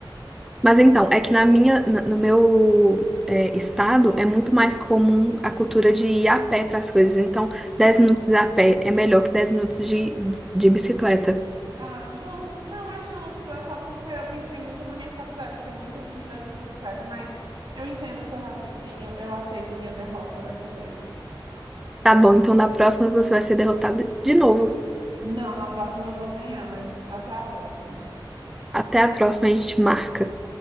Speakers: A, in the centre; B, on the right.
A: Mas então, é que na minha, na- no meu é, estado é muito mais comum a cultura de ir a pé para as coisas. Então, 10 minutos a pé é melhor que 10 minutos de, de bicicleta.
B: Ah, justo. Não é justo. É só porque eu pensei muito na minha faculdade, porque muita gente vai de bicicleta, mas eu entendo o seu raciocínio, eu aceito minha derrota dessa vez.
A: Tá bom, então da próxima você vai ser derrotado de novo.
B: Não, na próxima eu vou ganhar, mas até a próxima.
A: Até a próxima, a gente marca.